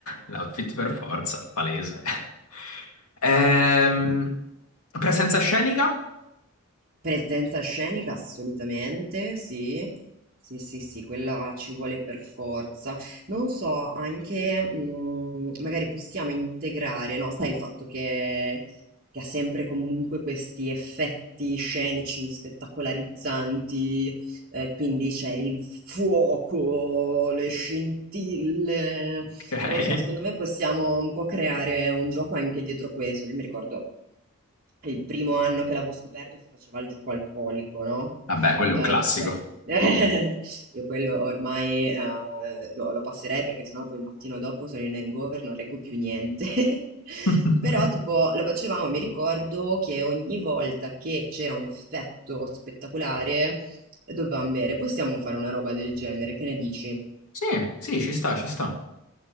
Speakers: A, on the left; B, on the right.
A: l'outfit per forza, palese. <laughs> Ehm, presenza scenica?
B: Presenza scenica assolutamente, sì. Sì, sì, sì, quella ci vuole per forza. Non so, anche mh, magari possiamo integrare, no? Sai il fatto che, che ha sempre comunque questi effetti scenici, spettacolarizzanti, eh, quindi c'è il fuoco, le scintille.
A: Ok,
B: Non lo so, secondo me possiamo un po' creare un gioco anche dietro questo. Io mi ricordo il primo anno che l'avevo scoperto si faceva il gioco alcolico, no?
A: vabbè, quello
B: Eh,
A: è un classico.
B: ecco, <laughs> io quello ormai eh, lo, lo passerei perché sennò poi il mattino dopo sono in hangover, non reggo più niente. <laughs>
A: <laughs>
B: Però tipo lo facevamo, mi ricordo che ogni volta che c'era un effetto spettacolare dovevamo bere. Possiamo fare una roba del genere, che ne dici?
A: Sì, sì, ci sta, ci sta.